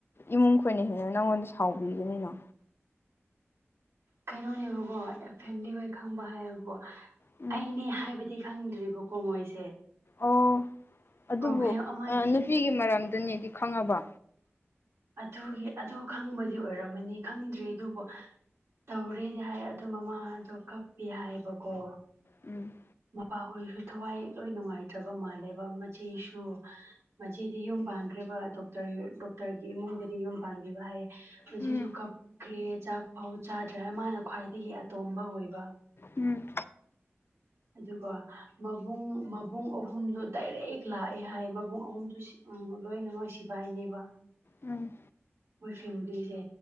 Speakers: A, on the left; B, on the right.
A: ꯏꯃꯨꯡ ꯈꯣꯏꯅ ꯍꯦꯟꯅ ꯅꯪꯉꯣꯟꯗ ꯁꯥꯎꯕꯤꯒꯅꯤꯅ
B: ꯀꯩꯅꯣꯅꯦꯕꯀꯣ ꯑꯦ ꯐꯦꯃꯤꯂꯤ ꯍꯣꯏ ꯈꯪꯕꯍꯥꯏꯕꯨ
A: ꯎꯝ
B: ꯑꯩꯅꯦ ꯍꯥꯏꯕꯗꯤ ꯈꯪꯗ꯭ꯔꯤꯕꯀꯣ ꯃꯣꯏꯁꯦ
A: ꯑꯣ ꯑꯗꯨꯕꯨ
B: ꯄ꯭ꯔꯣꯕ꯭ꯂꯦꯝ ꯑꯃꯗꯤ
A: ꯅꯨꯄꯤꯒꯤ ꯑꯥ ꯃꯔꯝꯗꯅꯦꯗꯤ ꯈꯪꯉꯕ
B: ꯑꯗꯨꯒꯤ ꯑꯗꯨ ꯈꯪꯕꯗꯤ ꯑꯣꯏꯔꯝꯃꯅꯤ ꯈꯪꯗ꯭ꯔꯤ ꯑꯗꯨꯕꯨ ꯇꯧꯔꯦꯗꯤ ꯍꯥꯏ ꯑꯗꯣ ꯃꯃꯥꯗꯣ ꯀꯥꯞꯄꯤ ꯍꯥꯏꯕꯀꯣ
A: ꯎꯝ
B: ꯃꯄꯥꯍꯣꯏꯁꯨ ꯊꯋꯥꯏ ꯂꯣꯏ ꯅꯨꯡꯉꯥꯏꯇ꯭ꯔꯕ ꯃꯥꯜꯂꯦꯕ ꯃꯆꯦꯁꯨ ꯃꯆꯦꯗꯤ ꯌꯨꯝ ꯄꯥꯟꯈ꯭ꯔꯦꯕ ꯗꯣꯛꯇꯔ ꯗꯣꯛꯇꯔꯒꯤ ꯏꯃꯨꯡꯗꯗꯤ ꯌꯨꯝ ꯄꯥꯟꯕꯤꯕ ꯍꯥꯏꯌꯦ ꯍꯨꯖꯤꯛꯁꯨ
A: ꯎꯝ
B: ꯀꯥꯞꯈ꯭ꯔꯦ ꯆꯥꯛꯐꯥꯎ ꯆꯥꯗ꯭ꯔꯦ ꯃꯥꯅ ꯈ꯭ꯋꯥꯏꯗꯒꯤ ꯑꯇꯣꯝꯕ ꯑꯣꯏꯕ
A: ꯎꯝ
B: ꯑꯗꯨꯒ ꯃꯕꯨꯡ ꯃꯕꯨꯡ ꯑꯍꯨꯝꯗꯣ ꯗꯥꯏꯔꯦꯛ ꯂꯥꯛꯑꯦ ꯍꯥꯏꯌꯦ ꯃꯕꯨꯡ ꯑꯍꯨꯝꯗꯨ ꯁꯤ ꯎꯝ ꯂꯣꯏꯅꯃꯛ ꯁꯤꯕꯥꯥꯏꯅꯦꯕ
A: ꯎꯝ
B: ꯃꯣꯏ ꯐꯦꯃꯤꯂꯤꯖꯦ